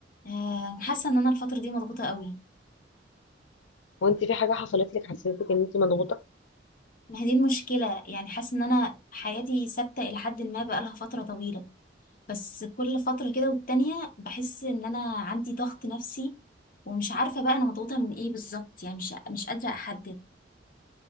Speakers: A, on the left; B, on the left.
A: آه، حاسه ان انا الفتره دي مضغوطه قوي
B: وانت في حاجة حصلت لك حسيتك ان انت مضغوطة
A: ما هي دي المشكله يعني حاسه ان انا حياتي ثابته الى حد ما بقالها فتره طويله بس كل فتره كده والتانية بحس ان انا عندي ضغط نفسي ومش عارفه بقى انا مضغوطه من ايه بالظبط يعني مش مش قادره احدد